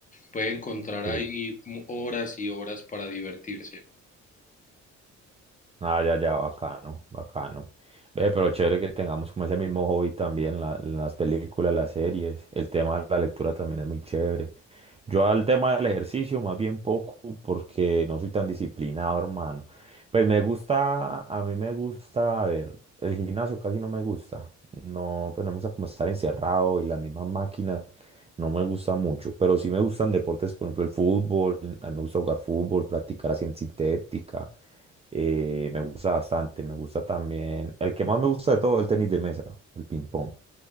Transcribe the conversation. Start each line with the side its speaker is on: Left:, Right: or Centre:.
Left: puede encontrar
Right: Sí.
Left: ahí mu- horas y horas para divertirse.
Right: Ah, ya, ya, bacano, bacano. Ve, pero chévere que tengamos como ese mismo hobby también, la- las películas, las series, el tema de la lectura también es muy chévere. Yo al tema del ejercicio más bien poco porque no soy tan disciplinado, hermano. Pues me gusta, a mí me gusta, a ver, el gimnasio casi no me gusta. No, pues no me gusta como estar encerrado y las mismas máquinas, no me gusta mucho. Pero sí me gustan deportes, por ejemplo, el fútbol, a mí me gusta jugar fútbol, practicar así en sintética. Eh, me gusta bastante, me gusta también. El que más me gusta de todo, el tenis de mesa, el ping pong.